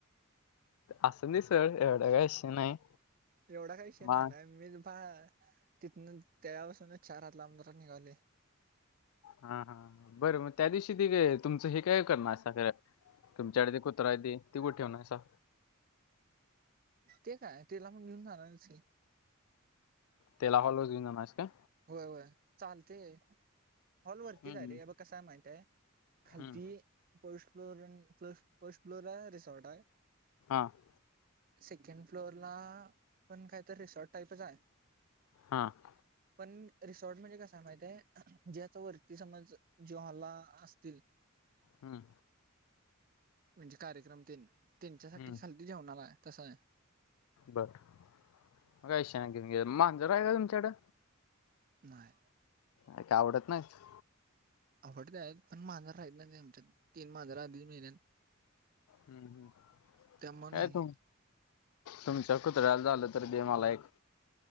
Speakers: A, on the left; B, on the right.
A: असं नाही सर, एवढं काय विषय नाही.
B: एवढा काही विषय
A: मग
B: नाही ना मी बा तिथन त्यापासून चार हात लांब र निघालेय
A: हा हा बरं मग त्या दिवशी ते का तुमचं हे काय करणार सां खर. तुमच्याकडे ते कुत्र आहे ते कुठ ठेवणायसा.
B: ते काय तेला पण घेऊन जाणारच की.
A: तेला हॉल व जाणार स काय.
B: होय होय चालतेय, हॉल वरतीच
A: हम्म,
B: आहे रे हे ब कसांय माहितआहे. खालती
A: हम्म,
B: पर्स्ट फ्लोर अन प्लस फर्स्ट फ्लोर आहे रिसॉर्ट आहे.
A: <inaudible>
B: सेकंड फ्लोअर ला, पण कायतरी रिसॉर्ट टाईपच आहे.
A: हां!
B: पण रिसॉर्ट म्हणजे कस आहे माहितीय जे आता वरती समज जे हॉलला असतील.
A: हूं!
B: म्हणजे कार्यक्रम तेनं त्यांच्यासाठी
A: हम्म,
B: खालती जेवणाला आहे तस आहे.
A: बरं मग काय शान घेऊन गे मांजर आहे का तुमच्याकडं?
B: नाही.
A: ते का आवडत नाहीत.
B: आवडते आहेत पण मांजर राहिल नाही आमच्या तीन मांजर आधीच मेलेत.
A: हूं हूं
B: त्यामुळे
A: काय
B: नाही
A: तुम तुमच्या कुत्र्याला झालं तर दे मला एक.